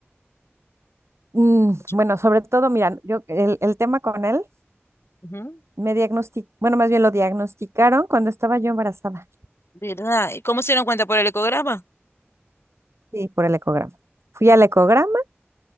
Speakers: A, on the right; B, on the left.
A: mm,
B: Mucho.
A: bueno, sobre todo, mira, yo el, el tema con él
B: Ujú,
A: me diagnosticaron, bueno, más bien lo diagnosticaron cuando estaba yo embarazada,
B: ¿Verdad? ¿Y cómo se dieron cuenta por el ecograma?
A: sí, por el ecograma. Fui al ecograma